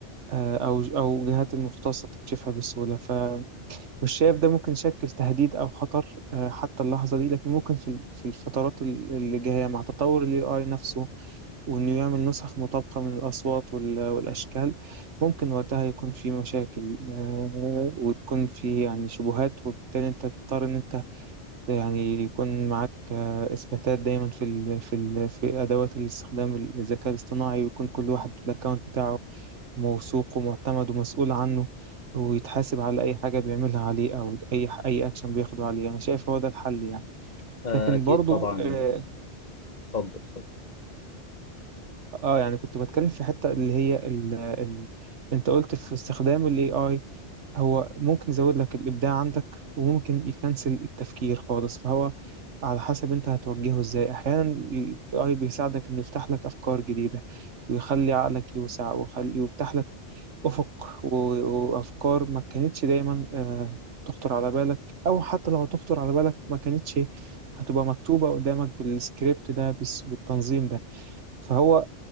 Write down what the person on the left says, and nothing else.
آه،
اكيد
طبعا
اتفضل اتفضل.